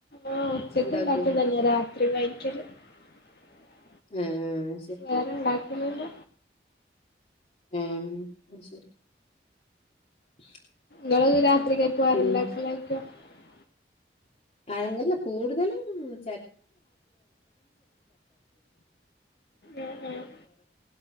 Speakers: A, on the left (about 60°); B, on the left (about 35°).
A: ആഹ് ഉച്ചക്ക്
B: ഉണ്ടാക്കും
A: ഉണ്ടാക്കിയതന്നെ <unintelligible>
B: ആ. ആ
A: വേറെ ഉണ്ടാക്.. ഒന്നുല്ല
B: <unintelligible> <unintelligible>
A: <unintelligible>
B: പിന്നെ
A: <unintelligible>
B: <unintelligible> <unintelligible> ആ ചോറ്ന്നുംാലും
A: ഉം ഉം